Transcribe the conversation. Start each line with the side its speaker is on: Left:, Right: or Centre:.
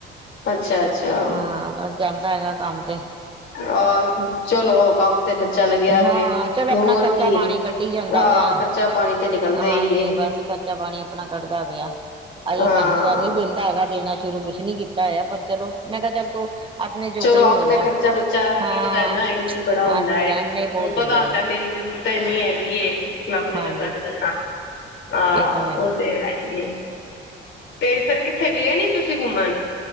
Left: ਅੱਛਾ। ਅੱਛਾ
Right: ਹਾਂ, ਬਸ ਜਾਂਦਾ ਹੈਗਾ ਕੰਮ ਤੇ।
Left: ਆਹ, ਚਲੋ ਉਹ ਕੰਮ। ਤੇ ਬੱਚਾ ਲੱਗਿਆ ਰਹੇ,
Right: ਹਾਂ ਚਲੋ ਆਪਣਾ
Left: ਹੋਰ
Right: ਖਰਚਾ
Left: ਕੀ
Right: ਪਾਣੀ ਕੱਢੀ ਜਾਂਦਾ
Left: ਹਾਂ।
Right: ਪਿਆ
Left: ਖਰਚਾ- ਪਾਣੀ ਤੇ ਨਿਕਲਦਾ
Right: ਹਾਂਜੀ
Left: ਹੀ ਹੈ।
Right: ਬਸ ਖਰਚਾ ਪਾਣੀ ਆਪਣਾ ਕੱਢਦਾ ਪਿਆ। ਅਜੇ,
Left: ਹਾਂ
Right: ਸਾਨੂੰ ਤਾਂ ਨੀ ਦਿੰਦਾ ਹੈਗਾ। ਦੇਣਾ ਸ਼ੁਰੂ ਕੁਛ ਨੀ ਕੀਤਾ। ਓ ਤਾਂ ਐ ਪਰ ਚਲੋ ਮੈਂ ਕਿਹਾ ਚੱਲ ਤੂੰ। ਆਪਣੇ
Left: ਚਲੋ
Right: ਜੋਗਾ ਹੀ
Left: ਆਪਣਾ
Right: ਹੋ ਜਾ
Left: ਖਰਚਾ ਬੱਚਾ
Right: ਹਾਂ
Left: ਕੱਢਦਾ ਨਾ ਇੰਨਾ ਹੀ ਬੜਾ
Right: ਹਾਂਜੀ
Left: ਹੁੰਦਾ।
Right: ਹਾਂ
Left: ਤੁਹਾਨੂੰ
Right: ਨਹੀਂ ਬਹੁਤ
Left: ਪਤਾ ਹੁੰਦਾ
Right: ਹੈਗਾ
Left: ਮੇਰੀ ਜ਼ਰੂਰਤ ਇੰਨੀ ਹੈਗੀ ਏ ਮੈਂ ਆਪਣੇ
Right: ਹਾਂਜੀ
Left: ਜੋ <unintelligible> ਹਾਂ,
Right: ਇਹ ਤਾਂ ਹੈਗਾ
Left: ਉਹ ਤੇ ਹੈਈ। ਤੇ ਫੇਰ ਕਿੱਥੇ ਗਏ ਨੀ ਤੁਸੀਂ ਘੁੰਮਣ।